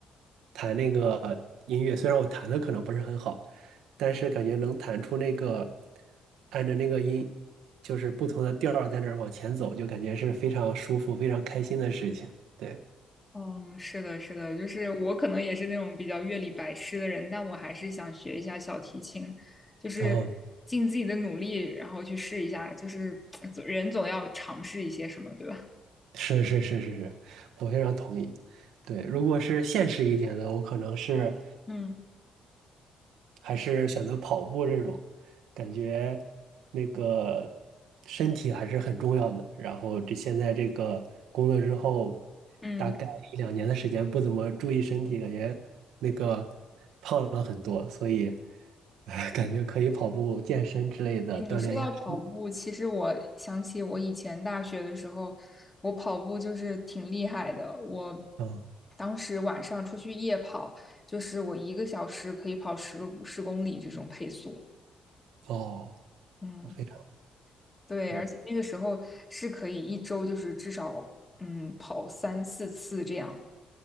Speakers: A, on the right; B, on the left.
A: 弹那个音乐，虽然我弹的可能不是很好，但是感觉能弹出那个按着那个音，就是不同的调儿在那儿往前走，就感觉是非常舒服、非常开心的事情。对。
B: 嗯，是的，是的，就是我可能也是那种比较乐理白痴的人，但我还是想学一下小提琴，就是尽自己的努力，
A: 哦，
B: 然后去试一下，就是 <tsk> 人总要尝试一些什么，对吧？
A: 是是是是是，我非常同意。对，如果是现实一点的，我可能是
B: 嗯。
A: 还是选择跑步这种，感觉那个身体还是很重要的。然后这现在这个工作之后，
B: 嗯，
A: 大概一两年的时间不怎么注意身体，感觉那个胖了很多，所以 <laughs> 呃感觉可以跑步、健身之类的锻炼一下身体。
B: 哎你说到跑步，其实我想起我以前大学的时候，我跑步就是挺厉害的。我
A: 嗯，
B: 当时晚上出去夜跑，就是我一个小时可以跑十个十公里这种配速。
A: 哦，
B: 嗯，
A: 我非常
B: 对，
A: 对，
B: 而且那个时候是可以一周就是至少嗯跑三四次这样。